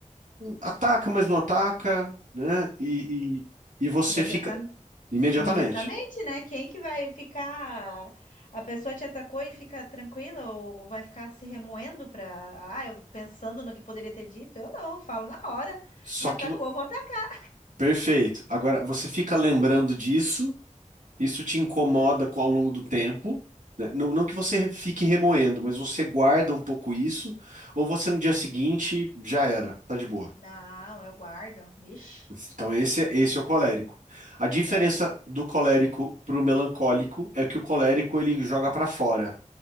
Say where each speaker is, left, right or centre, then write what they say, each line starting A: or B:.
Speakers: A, on the right; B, on the left.
A: ataca, mas não ataca, né? E, e, e você
B: Não,
A: fica imediatamente.
B: Imediatamente, né? Quem que vai ficar? A pessoa te atacou e fica tranquila ou vai ficar se remoendo para, ah, eu pensando no que poderia ter dito? Eu não, eu falo na hora.
A: Só
B: Me atacou,
A: que, vo-
B: eu vou atacar.
A: perfeito. Agora, você fica lembrando disso, isso te incomoda co- ao longo do tempo. né? Não, não que você re- fique remoendo, mas você guarda um pouco isso, ou você no dia seguinte já era, tá de boa.
B: Não, eu guardo. Ixi.
A: Então, esse, é, esse é o colérico. A diferença
B: É.
A: do colérico para o melancólico é que o colérico ele joga para fora